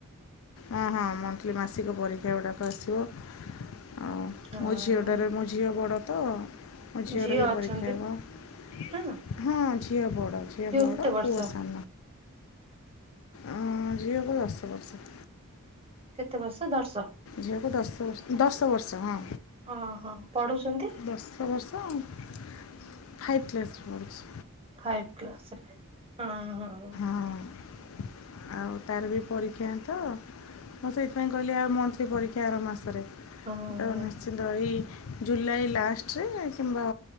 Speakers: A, on the left (about 65°); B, on the right (about 25°).
A: ହଁ ହଁ ମନ୍ଥଲି ମାସିକ ପରୀକ୍ଷାଗୁଡ଼ାକ ଆସିବ। ଆଉ
B: ହଁ
A: ମୋ ଝିଅଟାରେ ମୋ ଝିଅ ବଡ଼ ତ। ମୋ ଝିଅରବି
B: ଝିଅ
A: ପରୀକ୍ଷା
B: ଅଛନ୍ତି
A: ହେବ
B: ନା
A: ହଁ ଝିଅ ବଡ଼ ଝିଅ ବଡ଼
B: କେତେ ବର୍ଷ?
A: ପୁଅ ସା ଉଁ ଝିଅକୁ ଦଶ ବର୍ଷ।
B: କେତେ ବର୍ଷ ଦଶ।
A: ଝିଅକୁ ଦଶବର୍ଷ ଦଶବର୍ଷ ହଁ।
B: ଓହୋ ପଢୁଚନ୍ତି?
A: ଦଶ ବର୍ଷ ପାଇପ୍ କ୍ଳାସରେ ପଢୁଛି।
B: ପାଇପ୍ କ୍ଳାସରେ ହଁ ହଁ।
A: ହଁ ଆଉ ତାରବି ପରୀକ୍ଷା ତ। ମୁଁ ସେଇଥିପାଇଁ କହିଲି ଆଉ ମନ୍ଥଲି ପରୀକ୍ଷା ଆର ମାସରେ।
B: ହଁ।
A: ତ ନିଶ୍ଚିନ୍ତ ଏଇ ଜୁଲାଇ ଲାଷ୍ଟରେ କିମ୍ବା